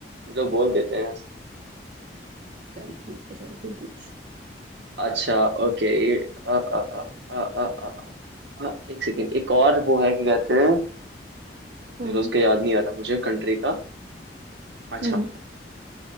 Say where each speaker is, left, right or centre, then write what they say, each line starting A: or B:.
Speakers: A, on the right; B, on the right.
A: लोग बोल देते हैं
B: चल ठीक है चल तू पूछ
A: अच्छा ओके ये अ, अ, अ, अ, अ, अ, अ, अ, एक सेकेंड एक और वो है क्या कहते हैं
B: हम्म
A: चलो उसका याद नहीं आ रहा मुझे कंट्री का अच्छा
B: हम्म